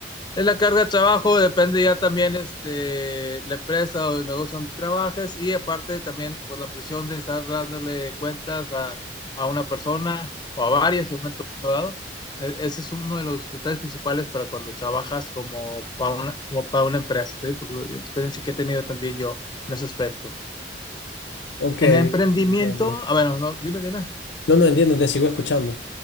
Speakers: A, on the left; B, on the left.
A: Es la carga de trabajo, depende ya también este, la empresa o el negocio donde trabajes y aparte también pues, la presión de estar dándole cuentas a, a una persona o a varias en un momento dado. E- Ese es uno de los detalles principales para cuando trabajas como para una, como para una empresa, te digo, por lo- la experiencia que he tenido también yo en ese aspecto.
B: Ok,
A: En
B: ok,
A: emprendimiento,
B: entiendo.
A: a ver, no, dime, dime.
B: No, no entiendo, te sigo escuchando.